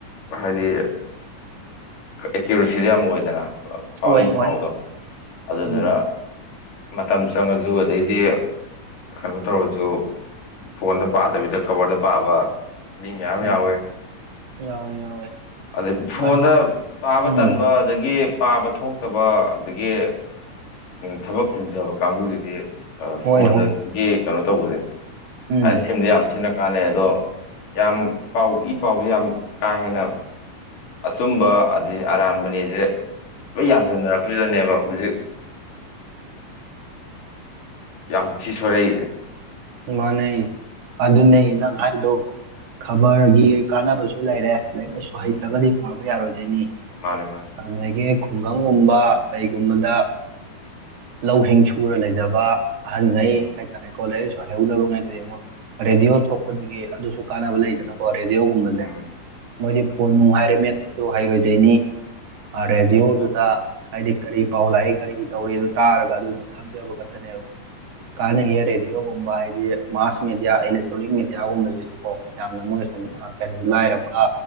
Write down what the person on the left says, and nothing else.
ꯍꯥꯏꯗꯤ ꯑꯦꯀ꯭ꯌꯨꯔꯦꯁꯤꯗ ꯌꯥꯝ ꯑꯣꯏꯗꯅ ꯄꯥꯎ
ꯏ
ꯄꯥꯎꯗꯣ ꯑꯗꯨꯗꯨꯅ
ꯃꯇꯝ ꯆꯪꯉꯁꯨ ꯑꯗꯩꯗꯤ ꯀꯩꯅꯣ ꯇꯧꯔꯁꯨ ꯐꯣꯟꯗ ꯄꯥꯗꯕꯤꯗ ꯈꯕꯔꯗ ꯄꯥꯕ ꯃꯤ ꯃꯌꯥꯝ
ꯌꯥꯎꯋꯦ
ꯑꯗꯩ ꯐꯣꯟꯗ
ꯄꯥꯕ
ꯇꯟꯕ ꯑꯗꯒꯤ ꯄꯥꯕ ꯊꯣꯛ ꯐꯠꯇꯕ ꯑꯗꯒꯤ ꯊꯕꯛ ꯆꯤꯟꯖꯕ ꯀꯥꯡꯕꯨꯒꯤꯗꯤ
ꯐꯣꯟꯗꯒꯤ
ꯀꯩꯅꯣ ꯇꯧꯕꯁꯦ
ꯍꯥꯏꯗꯤ ꯁꯤꯝꯃꯗ ꯌꯥꯝ ꯊꯤꯅ ꯀꯥꯟꯅꯩ ꯑꯗꯣ ꯌꯥꯝ ꯄꯥꯎ ꯏ ꯄꯥꯎꯁꯦ ꯌꯥꯝ ꯀꯥ ꯍꯦꯟꯅ ꯑꯆꯨꯝꯕ ꯑꯩ ꯑꯔꯥꯟꯕꯅꯦꯁꯦ ꯂꯣꯏ ꯌꯥꯟꯁꯤꯟꯅꯔꯛꯄꯁꯤꯗꯅꯦꯕ ꯍꯧꯖꯤꯛ
ꯌꯥꯝ ꯊꯤ ꯁꯣꯏꯔꯛꯁꯤ
ꯎꯝ
ꯃꯥꯅꯦ ꯃꯥꯅꯦ
ꯎꯝ
ꯎꯝ
ꯎꯝ